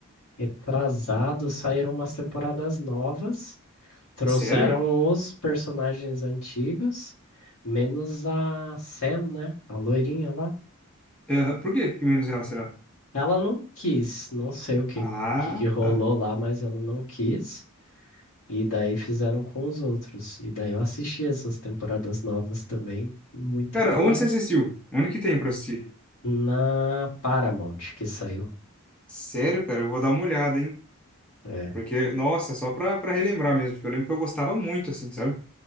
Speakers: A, on the left; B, in the centre.
A: retrasado, saíram umas temporadas novas, trouxeram
B: Sério?
A: os personagens antigos, menos a Sam, né? A loirinha lá.
B: Aham, Por que que menos ela será?
A: Ela não quis, não sei o que,
B: Ah,
A: que, que rolou
B: tá.
A: lá, mas ela não quis. E daí fizeram com os outros. E daí eu assisti essas temporadas novas também, muito
B: Cara,
A: pela
B: onde você assistiu? Onde que tem pra assistir?
A: na Paramount que saiu.
B: Sério, cara, eu vou dar uma olhada, hein?
A: É.
B: Porque, nossa, só pra, pra relembrar mesmo, porque eu lembro que eu gostava muito, assim, sabe?